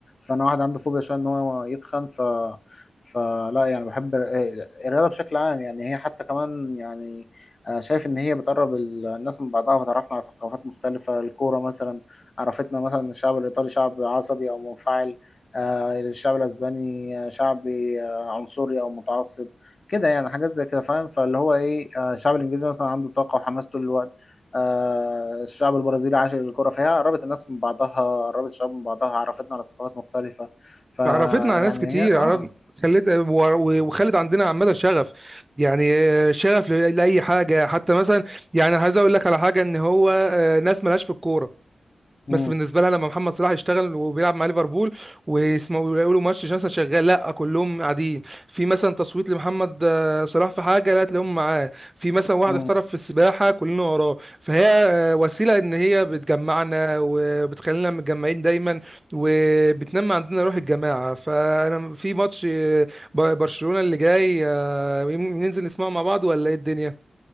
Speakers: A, on the left; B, on the right.
A: فانا واحد عنده فوبيا شويه ان هو يتخن ف فلا يعني بحب ال- آه، الرياضه بشكل عام يعني هي حتى كمان يعني آه، شايف ان هي بتقرب ال- الناس من بعضها وتعرفنا على ثقافات مختلفه الكوره مثلا عرفتنا مثلا إن الشعب الايطالي شعب عصبي او منفعل آه، الشعب الاسباني آه، شعبي آه، عنصري او متعصب كده يعني حاجات زي كده فاهم فاللي هو ايه آه، الشعب الانجليزي مثلا عنده طاقه وحماس طول الوقت آه، الشعب البرازيلي عاشق للكره فهي قربت الناس من بعضها قربت الشعوب من بعضها عرفتنا على ثقافات مختلفه فيعني
B: عرفتنا على ناس كتير
A: هي اه
B: عرف خلت و- وخلت عندنا عامه شغف يعني آه، شغف ل- لاي حاجه حتى مثلا يعني عايز اقول لك على حاجه ان هو آه، ناس ملهاش في الكوره
A: امم
B: بس بالنسبه لها لما محمد صلاح يشتغل وبيلعب مع ليفربول ويسمعوا يقولوا ماتش مثلا شغال لا كلهم قاعدين في مثلا تصويت لمحمد آه، صلاح في حاجه لا تلاقيهم معاه في مثلا واحد
A: امم
B: احترف في السباحه كلنا وراه فهي آه، وسيله ان هي بتجمعنا وبتخلينا متجمعين دايما وبتنمي عندنا روح الجماعه فانا في ماتش آه، ب- برشلونه اللي جاي آه، يم- ننزل نسمعه مع بعض ولا ايه الدنيا